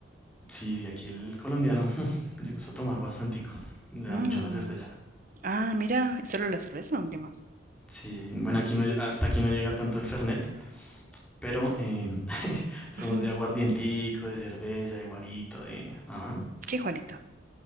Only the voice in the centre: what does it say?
Sí, sí, aquí el colombiano <laughs> le gusta tomar bastantico, le
da mucho a la cerveza.
Sí, sí, bueno, aquí no, hasta aquí no llega tanto el fernet, pero eh, <laughs> somos
de aguardientico, de cerveza, de guarito, de... Ajá.